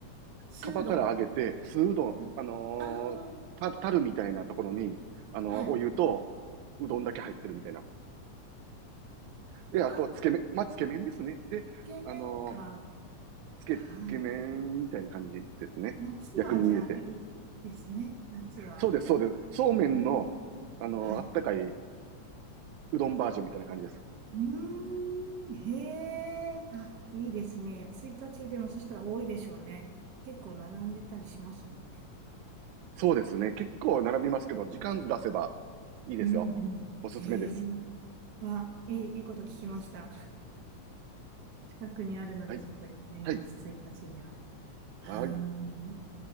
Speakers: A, on the right (about 60°); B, on the right (about 80°).
A: スードン。
B: 釜から揚げて、酢うどん、
A: はい。
B: あのー、
A: ああ、
B: た、たるみたいなところに、あのーお湯と
A: はい。あ
B: うどんだけ入ってるみたいな。で、
A: あ、あ、
B: あと、つけ麺、まあ、つけ麺ですね。で、
A: 懸念か。
B: あのつけ、
A: はい。
B: つけ麺みたいな感じですね。
A: 夏はじゃあいいですね。
B: 薬味入れて。
A: 夏は。
B: そうです、そうです。そうめんの、
A: うん、
B: あの、
A: はい。
B: あったかい
A: う
B: うどんバージョンみたいな感じです。
A: ーん、へえ、あ、いいですね。1日でもそしたら多いでしょうね。結構並んでたりしますもんね。
B: そうですね。結構並びますけど、時間ずらせばいいですよ。
A: うん、うん。
B: おすすめです。
A: へえ、は、いい、いいこと聞きました。近くにあるので、
B: はい、
A: ちょっと行ってみます、
B: はい。
A: 1日には。はーい。
B: はい。